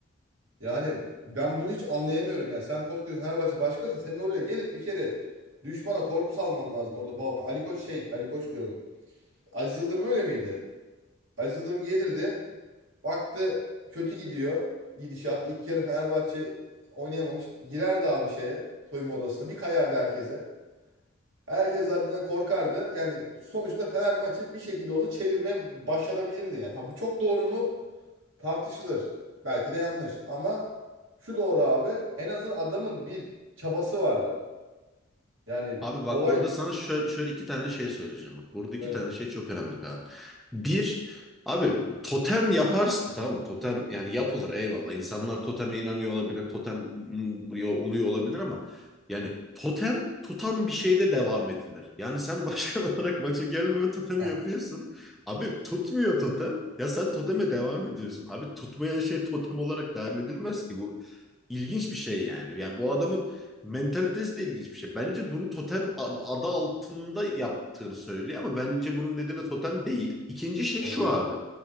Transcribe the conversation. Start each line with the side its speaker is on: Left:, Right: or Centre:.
Right: Yani ben bunu hiç anlayamıyorum ya. Sen koskoca Fenerbahçe başkasın. Senin oraya gelip bir kere düşmana korku salman lazım orada. Ba- Ali Koç şey, Ali Koç diyorum. Aziz Yıldırım öyle miydi? Aziz Yıldırım gelirdi. Baktı kötü gidiyor gidişat. İlk yarı Fenerbahçe oynayamamış. Girerdi abi şeye, soyunma odasına. Bir kayardı herkese. Herkes zaten korkardı. Yani sonuçta Fener maçı bir şekilde olsa çevirmeye başarabilirdi yani. Ha bu çok doğru mu? Tartışılır. Belki de yanlış. Ama şu doğru abi. En azından adamın bir çabası vardı. Yani
Centre: Abi bak
Right: olay
Centre: burada sana şöyle, şöyle iki tane şey söyleyeceğim. Bak burada iki
Right: öyle.
Centre: tane şey çok önemli Kaan. Bir, abi totem yaparsın tamam mı? Totem yani yapılır eyvallah. İnsanlar toteme inanıyor olabilir, totem mm, yo- oluyor olabilir ama yani totem tutan bir şeyde devam edilir. Yani sen başkan <laughs> olarak maça gelmeme totemi
Right: Ha,
Centre: yapıyorsun. Abi tutmuyor totem. Ya sen toteme devam ediyorsun. Abi tutmayan şey totem olarak devam edilmez ki bu. İlginç bir şey yani. Yani bu adamın mentalitesi de ilginç bir şey. Bence bunu totem a- adı altında yaptığını söylüyor ama bence bunun nedeni totem değil. İkinci şey
Right: olabilir.
Centre: şu abi.